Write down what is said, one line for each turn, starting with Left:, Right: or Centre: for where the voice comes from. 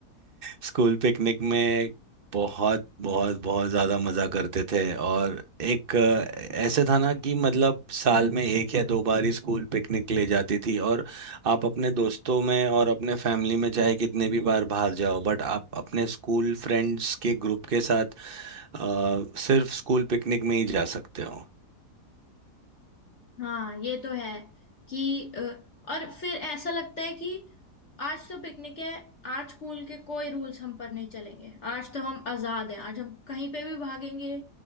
Right: स्कूल पिकनिक में बहुत बहुत बहुत ज्यादा मजा करते थे और एक अ, ऐसे था ना कि मतलब साल में एक या दो बार ही स्कूल पिकनिक ले जाती थी और आप अपने दोस्तों में और अपने फैमिली में चाहे कितने भी बार बाहर जाओ बट आप अपने स्कूल फ्रेंड्स के ग्रुप के साथ अ, सिर्फ स्कूल पिकनिक में ही जा सकते हो
Left: हाँ ये तो है कि अ, और फिर ऐसा लगता है कि आज तो पिकनिक है आज स्कूल के कोई रूल्स हम पर नहीं चलेंगे आज तो हम आजाद हैं आज हम कहीं पे भी भागेंगे